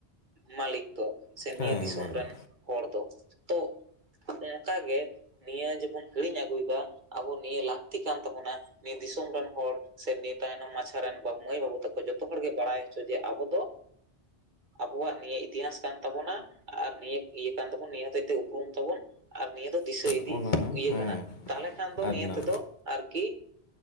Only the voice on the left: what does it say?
ᱦᱮᱸ
ᱢᱟ ᱞᱟᱹᱭ
ᱚᱱᱟ
ᱦᱮᱸ
ᱟᱨ
ᱱᱟ